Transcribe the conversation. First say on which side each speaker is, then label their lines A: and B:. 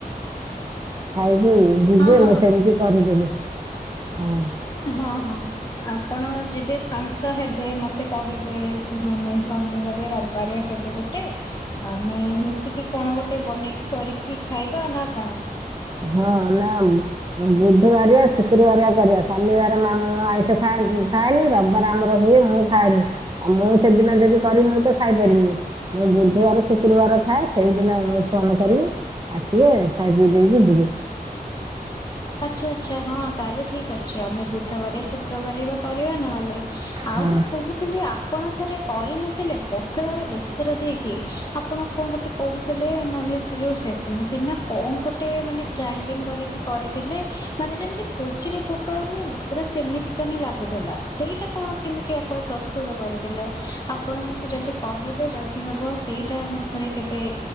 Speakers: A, on the right; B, on the left.
A: ଖାଉ ହୁଁ ଯିବେ
B: ହଁ ହଁ
A: ମୁଁ ସେମିତି କରିଦେବି। ଉଁ
B: ହଁ ହଁ ଆପଣ ଯେବେ ଫାଙ୍କା ହେବେ, ମତେ କହିବେ ସେ ମାନେ ଶନିବାରେ ରବିବାରେ କେବେ ଗୋଟେ ଆମେ ମିଶିକି କଣ ଗୋଟେ ବନେଇକି କରିକି ଖାଇବା ନା କଣ?
A: ହଁ ନା ବୁଧବାରିଆ ଶୁକ୍ରବାରଆ କରିବା ଶନିବାର ମାମଁ ଆଇଁଷ ଖାଏ ଖାଏନି ରବିବାର ଆମର ହୁଏ ମୁଁ ଖାଏନି ଆଉ ମୁଁ ସେଦିନ ଯଦି କରି ମୁୁ ତ ଖାଇପାରିବିନି ମୁଁ ବୁଧବାର ଶୁକ୍ରବାର ଖାଏ ସେଇଦିନ ମୁ ଫୋନ କରିବି ଆସିବେ ଖାଇପି ଦେଇ ଯିବେ।
B: ଆଚ୍ଛା ଆଚ୍ଛା ହଁ ତାହେଲେ ଠିକ୍ ଅଛି ଆମେ ବୁଧବାରିଆ ଶୁକ୍ରବାରିଆ ବା କରିବା ନହେଲେ ଆଉ
A: ହଁ।
B: ମୁଁ କୋହୁଥିଲି ଆ ଆପଣ ଥରେ କରିନଥିଲେ ପୋଟଳରେ ବେସର ଦେଇକି ଆପଣ କଣ ଗୋଟେ କୋହୁଥିଲେ ମାନେ ସେ ଯୋଉ ସେସେ ମେସି ନା କଣ ଗୋଟେ ମାନେ ଗ୍ରାଇଡିଙ୍ଗ କରିକି କରି ଥିଲେ ମାନେ ଯେମିତି ଭୋଜିରେ ପୋଟଳ ହୁଏନି ପୁରା ସେମିତିକା ହିିଁ ଲାଗୁଥିଲା, ସେଇଟା କଣ କେମିତି ଆପଣ ପ୍ରସ୍ତୁତ କରିଥିଲେ ଆପଣ ମତେ ଯଦି କହିବେ ଯଦି ହବ ସେଇଟା ମୁଁ ଥରେ କେବେ